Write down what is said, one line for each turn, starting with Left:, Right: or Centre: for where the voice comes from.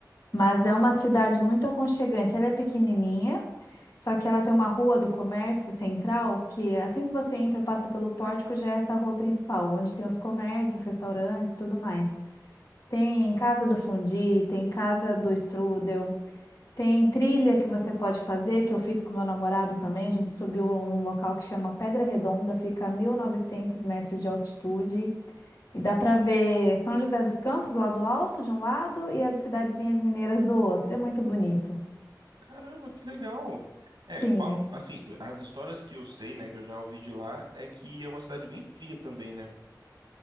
Left: Mas é uma cidade muito aconchegante. Ela é pequenininha, só que ela tem uma rua do comércio central que assim que você entra, passa pelo pórtico, já é essa rua principal, onde tem os comércios, restaurantes, tudo mais. Tem casa do fundi, tem casa do strudel. Tem trilha que você pode fazer, que eu fiz com meu namorado também. A gente subiu um, num local que chama Pedra Redonda, fica a 1.900 metros de altitude. E dá para ver São José dos Campos lá do alto, de um lado, e as cidadezinhas mineiras do outro. É muito bonito.
Right: Caramba, que legal! É,
Left: Sim.
Right: falam assim, as histórias que eu sei, né, que eu já ouvi de lá, é que é uma cidade bem fria também, né?